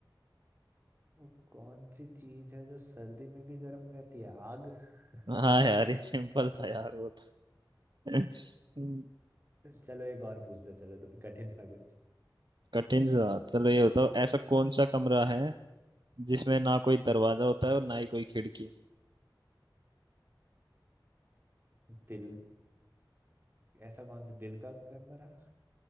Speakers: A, on the right; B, on the right.
A: वो कौन सी चीज है जो सर्दी में भी गर्म रहती है आग <laughs>
B: हाँ यार ये सिंपल था यार वो तो हम्म,
A: चलो एक और पूछ दो चलो तुम कठिन सा कुछ
B: कठिन सा चलो ये बताओ ऐसा कौन सा कमरा है जिसमें ना कोई दरवाजा होता है और ना ही कोई खिड़की
A: दिल ऐसा कौन सा दिल का कमरा